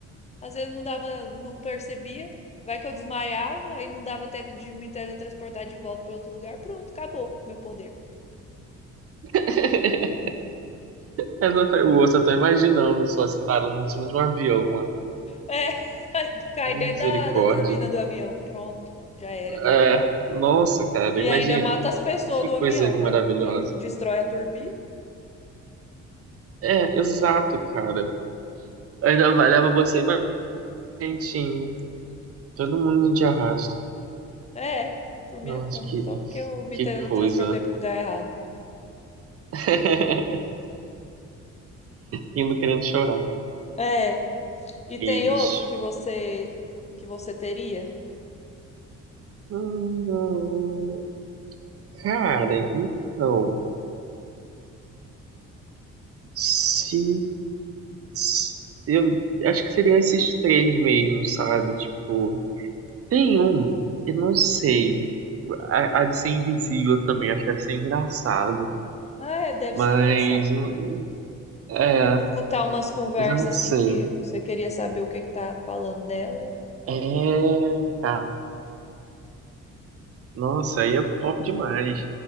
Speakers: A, on the left; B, on the right.
A: às vezes não dava, não percebia. Vai que eu desmaiava, aí não dava tempo de me teletransportar de volta para outro lugar. Pronto, acabou meu poder.
B: <laughs> essa foi boa, só tô imaginando só se parando em cima de um avião lá.
A: É, <laughs> cai
B: Misericórdia.
A: dentro da, da turbina do avião. Pronto, já era.
B: É, nossa, cara,
A: E
B: imagina.
A: ainda mata as pessoas
B: Que
A: do
B: coisa
A: avião,
B: ali
A: né?
B: maravilhosa.
A: Porque destrói a turbina.
B: É, exato, cara. Ainda vai, leva você mais gentinho. Todo mundo de arrasto.
A: É, por minha
B: Nossa,
A: culpa,
B: que,
A: só porque eu me
B: que
A: transportei
B: coisa.
A: pro lugar errado.
B: <laughs> Indo querendo chorar.
A: É. E tem
B: Mas,
A: outro que você que você teria?
B: hum, Cara, então. Se. se- Eu acho que seriam esses três mesmo, sabe? Tipo, tem um, eu não sei. A, a de ser invisível também, acho que deve ser engraçado.
A: Ah, é, deve
B: Mas.
A: ser engraçado.
B: hum, É,
A: Escutar umas conversas
B: mas eu não sei.
A: assim que você queria saber o que que tá falando nela e
B: É, cara. Nossa, aí é top demais.